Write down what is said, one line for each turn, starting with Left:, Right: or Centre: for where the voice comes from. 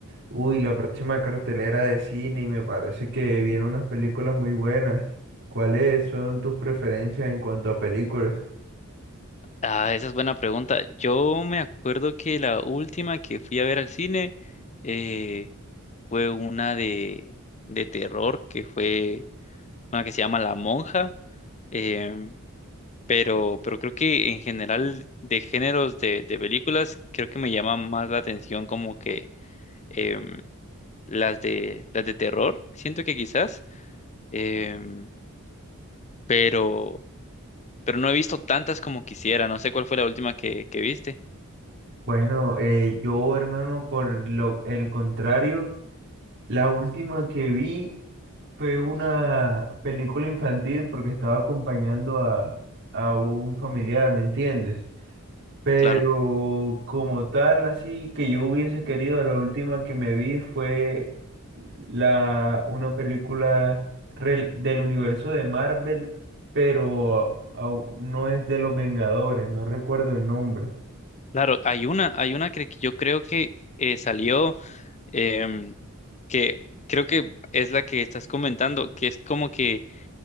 Right: uy, la próxima cartelera de cine y me parece que vienen unas películas muy buenas. ¿Cuáles son tus preferencias en cuanto a películas?
Left: Ah, esa es buena pregunta. Yo me acuerdo que la última que fui a ver al cine eh, fue una de, de terror, que fue una que se llama La Monja. Em, pero, pero creo que en general de géneros de, de películas, creo que me llama más la atención como que em, las de, las de terror. Siento que quizás. em, pero, pero no he visto tantas como quisiera. No sé cuál fue la última que, que viste.
Right: Bueno, eh, yo, hermano, por lo, el contrario, la última que vi fue una película infantil porque estaba acompañando a, a un familiar, ¿me entiendes? Pero
Left: Claro,
Right: como tal, así que yo hubiese querido, la última que me vi fue la, una película rel- del universo de Marvel, pero au- no es de los Vengadores, no recuerdo el nombre.
Left: claro, hay una, hay una que que yo creo que eh, salió, em, que creo que es la que estás comentando, que es como que,